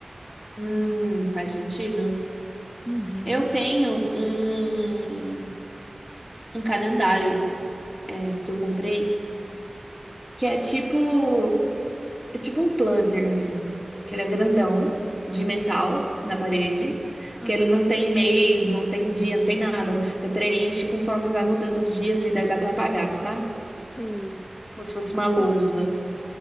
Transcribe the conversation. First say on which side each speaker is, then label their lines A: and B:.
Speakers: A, on the left (about 25°); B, on the left (about 40°).
A: hum, faz sentido.
B: Uhum,
A: Eu tenho um, um calendário é, que eu comprei,
B: sei.
A: que é tipo, é tipo um planner, assim. Que ele é grandão, de metal, na parede.
B: Aham,
A: Que ele não tem mês, não tem dia, não tem nada. Você preenche conforme vai mudando os dias e daí dá pra apagar, sabe?
B: sei.
A: Como se fosse
B: Acho
A: uma lousa.
B: ótimo.